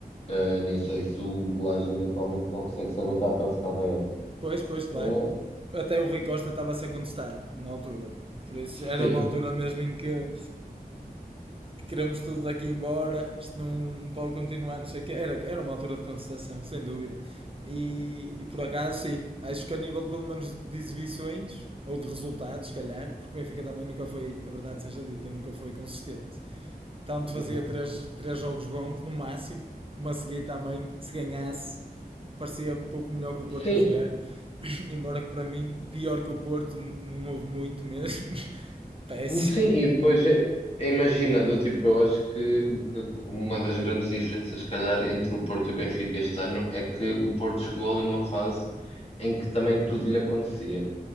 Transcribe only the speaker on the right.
Pois, pois, claro.
Até o Rui Costa estava a ser contestado na altura. Por isso, era
uma altura mesmo em que queremos tudo daqui embora, isto não pode continuar, não sei o quê. Era, era uma altura de contestação, sem dúvida. E, e por acaso, sim, acho que a nível pelo menos de exibições, ou de resultados, se calhar, porque o Benfica também nunca foi, a verdade seja dita, nunca foi consistente. Tanto fazia
três, três jogos bons, no máximo, como a seguir também, se ganhasse, parecia pouco melhor que o Porto
a jogar. <coughs> <laughs> Embora que para mim, pior que o Porto, não houve muito mesmo. <laughs> Péssimo.